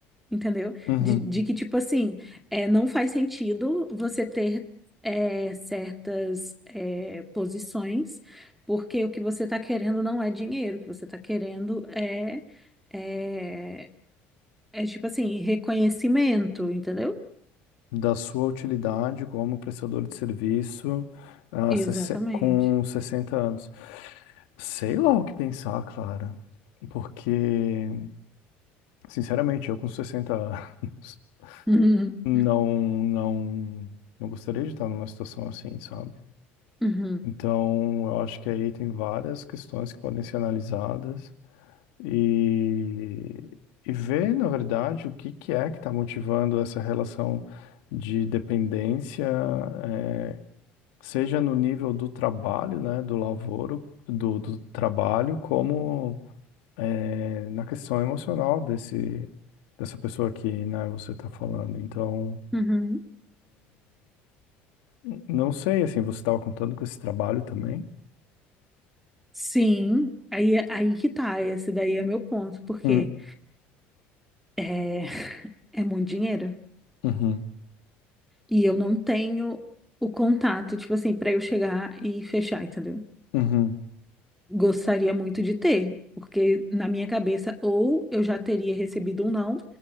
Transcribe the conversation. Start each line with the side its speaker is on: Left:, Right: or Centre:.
Centre: Entendeu?
Left: Uhum.
Centre: De, de que, tipo assim, é, não faz sentido você ter é, certas é, posições, porque o que você está querendo não é dinheiro, o que você está querendo é, é, é, tipo assim, reconhecimento, entendeu?
Left: da sua utilidade como prestador de serviço ah,
Centre: Exatamente.
Left: sesse- com 60 anos. Sei lá o que pensar, Clara, porque, sinceramente, eu com 60 anos <laughs>
Centre: Uhum,
Left: não, não, não gostaria de estar numa situação assim, sabe?
Centre: uhum,
Left: Então, eu acho que aí tem várias questões que podem ser analisadas e, e ver, na verdade, o que que é que está motivando essa relação de dependência eh, seja no nível do trabalho, né, do lavoro, do, do trabalho, como é, na questão emocional desse, dessa pessoa que, né, você está falando. Então,
Centre: uhum.
Left: eh, não sei, assim, você estava contando com esse trabalho também?
Centre: Sim, aí, é, aí que tá, esse daí é meu ponto, porque
Left: Hum,
Centre: é, é muito dinheiro.
Left: uhum,
Centre: E eu não tenho o contato, tipo assim, para eu chegar e fechar, entendeu?
Left: uhum.
Centre: Gostaria muito de ter, porque na minha cabeça, ou eu já teria recebido um não,